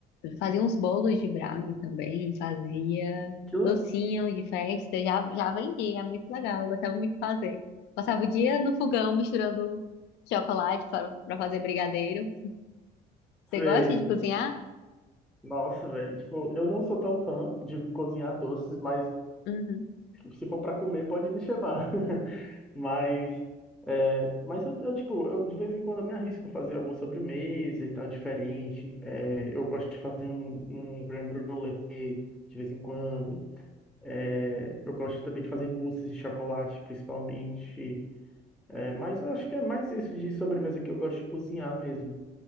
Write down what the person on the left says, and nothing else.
fazia uns bolos de brownie também, fazia
docinho de festa, já, já vendi, é muito legal, eu gostava muito de fazer. Passava o dia no fogão misturando chocolate para fazer brigadeiro. Você
gosta de cozinhar?
Uhum.